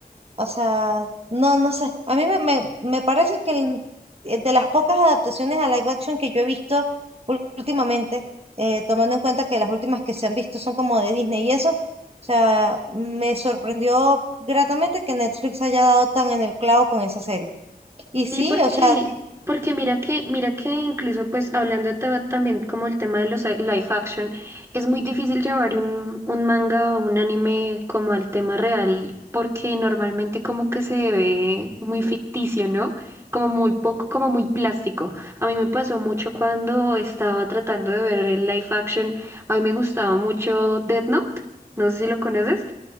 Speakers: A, on the right; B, on the right.
A: o sea, no, no sé. A mí me, me, me parece que el- eh, de las pocas adaptaciones a live action que yo he visto ul- últimamente, eh, tomando en cuenta que las últimas que se han visto son como de Disney y eso, o sea, me sorprendió gratamente que Netflix haya dado tan en el clavo con esa serie. Y sí,
B: Y porque,
A: o sea,
B: porque mira que, mira que incluso pues hablando ta- también como el tema de los a- live action, es muy difícil llevar un, un manga o un anime como al tema real, porque normalmente como que se ve muy ficticio, ¿no? Como muy poco, como muy plástico. A mí me pasó mucho cuando estaba tratando de ver el live action, a mí me gustaba mucho Death Note, no sé si lo conoces.